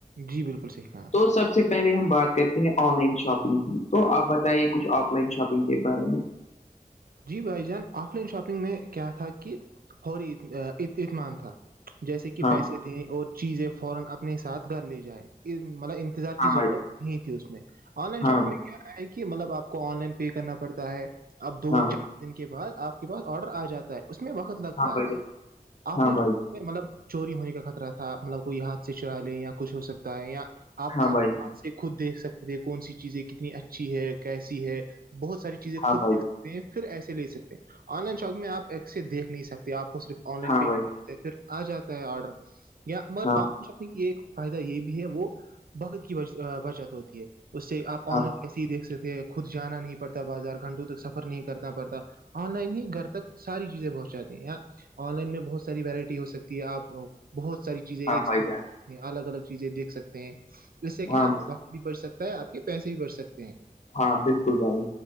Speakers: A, on the right; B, on the left.
A: جی بالکل صحیح کہا آپ نے
B: تو سب سے پہلے ہم بات کرتے ہیں آن لائن شاپنگ کی تو آپ بتائیے کچھ آف لائن شاپنگ کے بارے میں <unintelligible>
A: جی بھائی جان آف لائن شاپنگ میں کیا تھا کہ فوری اطمان تھا جیسے کہ
B: ہاں
A: پیسے
B: بھائی
A: دیں اور چیزیں فورا اپنے ساتھ کر لی جائے مطلب انتظار
B: ہاں
A: کی ضرورت
B: بھائی
A: نہیں تھی اس میں آن لائن شاپنگ
B: ہاں
A: میں کہ مطلب آپ کو آن لائن پے کرنا پڑتا ہے اب دو <unintelligible>
B: بھائی ہاں بھائی
A: دن کے بعد آپ کے پاس آڈر آ جاتا ہے اس میں وقت لگتا
B: ہاں بھائی
A: ہے
B: جان
A: آپ
B: ہاں
A: نے
B: بھائی
A: مطلب چوری ہونے کا خطرہ تھا مطلب کوئی ہاتھ سے چرا لے یا کچھ ہو سکتا ہے یا آپ
B: ہاں
A: آپ
B: بھائی
A: کے
B: جان
A: ہاتھ سے خود دیکھ سکتے تھے کون سی چیزیں کتنی اچھی ہے کیسی ہے بہت ساری چیزیں
B: ہاں
A: خود
B: بھائی
A: سکتے ہیں پھر ایسے لے سکتے ہیں آن لائن شاپ میں آپ ایسے دیکھ نہیں سکتے آپ کو صرف آن لائن
B: ہاں
A: پے
B: بھائی
A: پھر آ جاتا ہے آڈر یا مگر
B: ہاں
A: آ کچھ اپنے کی ایک فائدہ یہ بھی ہے وہ بگت کی بچت ہوتی ہے اس سے آپ آن
B: ہاں
A: لائن کیسے ہی دیکھ سکتے خود جانا نہیں پڑتا بازار گھنٹوں تک سفر نہیں کرتا پڑتا آن لائن ہی گھر تک ساری چیزیں پہنچ جاتی ہیں اں آن لائن میں بہت ساری وورائٹی ہو سکتی ہے آپ بہت ساری چیزیں ایک
B: ہاں بھائی جان
A: الگ الگ چیزیں دیکھ سکتے ہیں جس سے کیا
B: ہاں
A: ہے آپت
B: بھائی
A: بھی بڑھ سکتا ہے آپ کے پیسے بھی بڑھ سکتے ہیں
B: ہاں بالکل بھائی